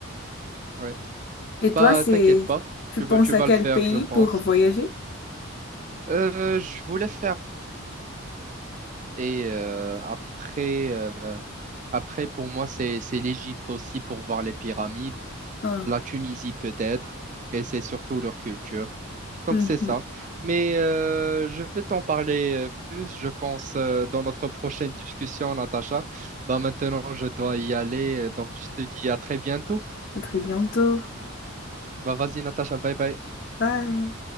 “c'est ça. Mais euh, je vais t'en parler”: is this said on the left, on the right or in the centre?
Right